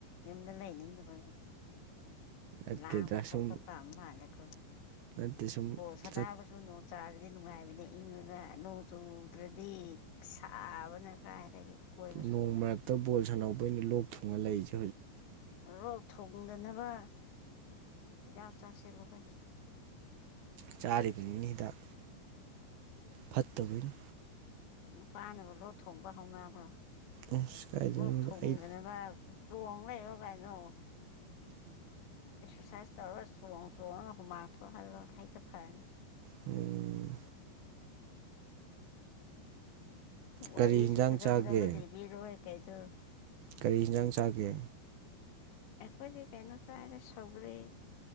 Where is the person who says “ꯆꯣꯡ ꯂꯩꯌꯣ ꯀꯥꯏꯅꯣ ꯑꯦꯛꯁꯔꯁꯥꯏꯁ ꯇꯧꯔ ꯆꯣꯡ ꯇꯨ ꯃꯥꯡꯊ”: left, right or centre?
Left